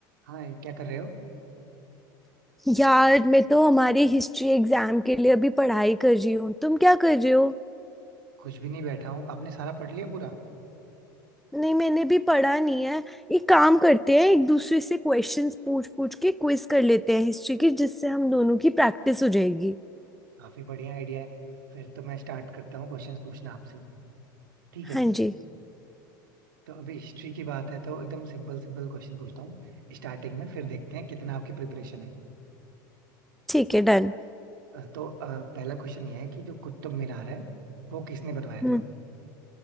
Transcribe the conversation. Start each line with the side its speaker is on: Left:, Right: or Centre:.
Right: हाय क्या कर रहे हो
Centre: यार मैं तो हमारी हिस्ट्री एग्जाम के लिए अभी पढ़ाई कर रही हूँ तुम क्या कर रहे हो
Right: कुछ भी नहीं बैठा हूँ आपने सारा पढ़ लिया पूरा
Centre: नहीं मैंने भी पढ़ा नहीं है एक काम करते हैं एक दूसरे से क्वेश्चंस पूछ पूछ के क्विज कर लेते हैं हिस्ट्री की जिससे हम दोनों की प्रैक्टिस हो जाएगी
Right: काफी बढ़िया आइडिया है फिर तो मैं स्टार्ट करता हूँ क्वेश्चंस पूछना आपसे ठीक है
Centre: हाँ जी
Right: तो अभी हिस्ट्री की बात है तो एकदम सिंपल सिंपल क्वेश्चन पूछता हूँ स्टार्टिंग में फिर देखते हैं कितना आपकी प्रिपरेशन है
Centre: ठीक है डन
Right: अ, तो अ, पहला क्वेश्चन ये है कि जो कुतुब मीनार है वो किसने बनवाया
Centre: हम्म
Right: था